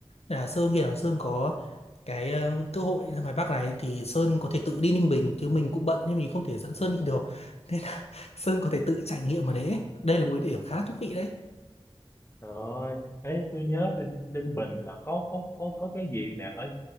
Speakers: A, on the left (about 75°); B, on the left (about 25°).
A: Nên là Sơn nghĩ là Sơn có cái ờ, cơ hội ra ngoài Bắc này thì Sơn có thể tự đi Ninh Bình chứ mình cũng bận nên mình không thể dẫn Sơn đi được nên là <laughs> Sơn có thể tự trải nghiệm ở đấy đây là một cái điểm khá là thú vị đấy
B: trời ơi. Ê, tôi nhớ Ninh, Ninh Bình là có có có có cái gì nè ở